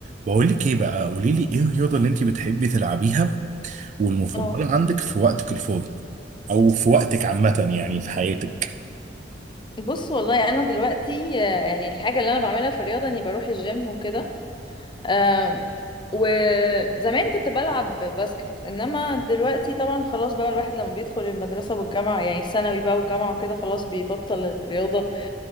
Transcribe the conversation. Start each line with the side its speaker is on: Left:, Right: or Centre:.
Right: بقول لك ايه بقى قولي لي ايه الرياضه اللي انت بتحبي تلعبيها والمفضله
Left: اه
Right: عندك في وقتك الفاضي او في وقتك عامه يعني في حياتك
Left: بص والله انا دلوقتي آه، يعني الحاجه اللي انا بعملها في الرياضه اني بروح الجيم وكده آم، وزمان كنت بلعب باسكت انما دلوقتي طبعا خلاص بقى الواحد لما بيدخل المدرسه والجامعه يعني الثانوي بقى والجامعه وكده خلاص بيبطل الرياضه